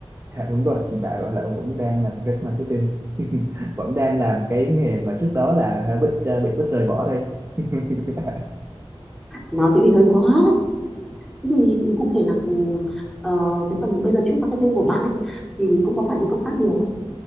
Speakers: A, on the right; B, in the centre.
A: à, đúng rồi hiện tại là ông vẫn đang làm trade marketing <laughs> vẫn đang làm cái nghề mà trước đó là à, Bích à, bị Bích rời bỏ đây <laughs>
B: nói thế thì hơi quá thế thì cụ thể là ừ, ờ, cái phần bây giờ trade marketing của bạn ấy thì cũng có phải đi công tác nhiều không